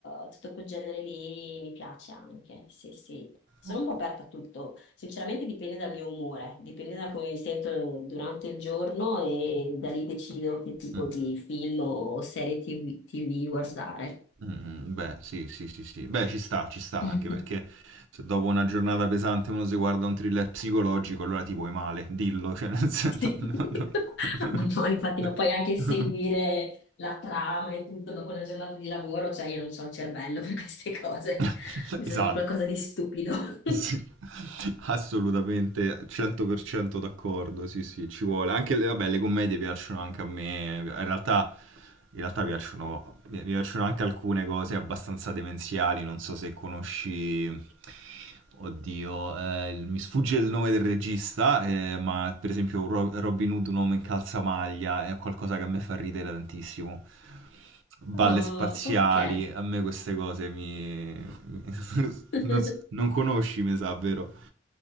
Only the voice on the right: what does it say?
Ok.
Mm.
Mm, beh, sì, sì, sì, sì. Beh, ci sta, ci sta,
anche perché se dopo una giornata pesante uno si guarda un thriller psicologico, allora ti vuoi male, dillo, cioè nel senso...
<laughs> no,
no, no, no,
no.
<laughs>
Esatto.
<laughs> Sì, assolutamente, 100% d'accordo, sì sì, ci vuole. Anche le, vabbè, le commedie piacciono anche a me, in realtà, in realtà piacciono, mi mi piacciono anche alcune cose abbastanza demenziali, non so se conosci, oddio, eh, il- mi sfugge il nome del regista, eh, ma per esempio Ro- Robin Hood, un uomo in calzamaglia, è qualcosa che a me fa ridere tantissimo. Balle
spaziali,
a me queste cose mi... mi- <laughs>
Non, s- non conosci, mi sa, vero?